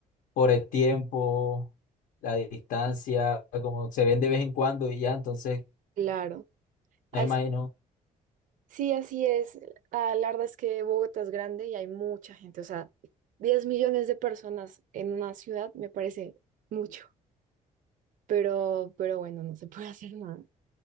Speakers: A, on the left (about 75°); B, on the right (about 65°).
A: por el tiempo, la distancia,
B: sí,
A: como se ven de vez en cuando y ya, entonces...
B: claro. As-
A: No imagino
B: sí, así es. Ah, la verdad es que Bogotá es grande y hay mucha gente. O sea, 10 millones de personas en una ciudad me parece mucho. Pero, pero bueno, no se <laughs> puede hacer nada.